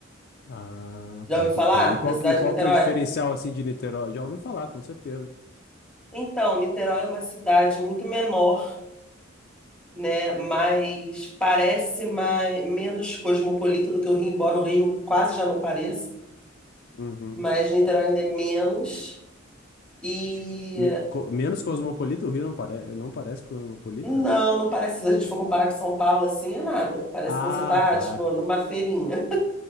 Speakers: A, on the left; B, in the centre.
A: Ah,
B: Já
A: pode
B: ouviu falar
A: crer. E qual,
B: da cidade
A: que- e qual
B: de Niterói?
A: que é o diferencial, assim, de Niterói? Já ouvi falar, com certeza.
B: Então, Niterói é uma cidade muito menor né? Mas parece mais, menos cosmopolita do que o Rio, embora o Rio quase já não pareça,
A: Uhum.
B: mas Niterói ainda é menos. E
A: Me- co- menos cosmopolita, o Rio não, pare não parece cosmopolita?
B: não, não parece, se a gente for comparar com São Paulo, assim, é nada. Parece
A: Ah,
B: que você tá,
A: claro.
B: tipo, numa feirinha,